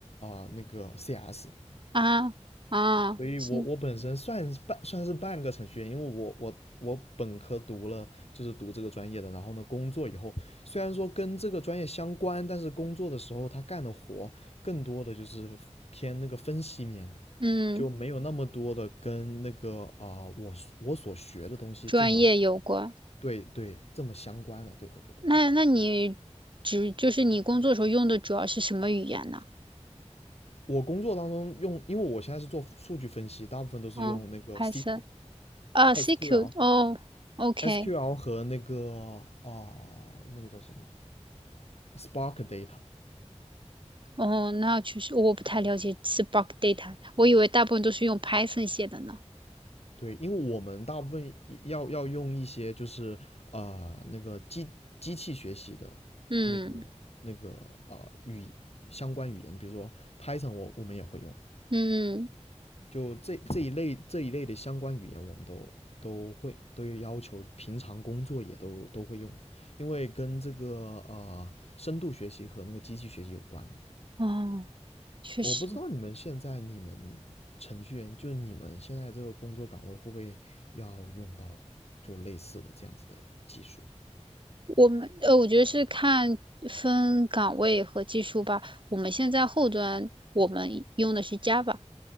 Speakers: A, on the left; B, on the right.
A: 呃那个 CS，
B: 啊啊，
A: 所以我我本身算是半算是半个程序员，
B: 是
A: 因为我我我本科读了就是读这个专业的，然后呢工作以后虽然说跟这个专业相关，但是工作的时候他干的活更多的就是偏那个分析面的。
B: 嗯，
A: 就没有那么多的跟那个啊、呃我我所学的东西这么
B: 专业有关。
A: 对对，这么相关的，对的对的对的。
B: 那那你只就是你工作时候用的主要是什么语言呢？
A: 我工作当中用，因为我现在是做数据分析，大部分都是用那个
B: 嗯，Python
A: SQL、
B: 啊，CQ
A: SQL、
B: 哦，OK。
A: SQL 和那个啊、呃那个叫什么 Spark Data。
B: 哦，那确实我不太了解 Spark Data，我以为大部分都是用 Python 写的呢。
A: 对，因为我们大部分要要用一些就是啊呃那个机机器学习的那个那个啊、
B: 嗯
A: 呃语相关语言，比如说 Python，我我们也会用，
B: 嗯，
A: 就这这一类这一类的相关语言，我们都都会都要求，平常工作也都都会用，因为跟这个呃深度学习和那个机器学习有关嘛。
B: 哦，确实，
A: 我不知道你们现在你们程序员，就是你们现在这个工作岗位会不会要用到就类似的这样子的技术，
B: 我们呃，我觉得是看分岗位和技术吧。我们现在后端我们用的是 Java，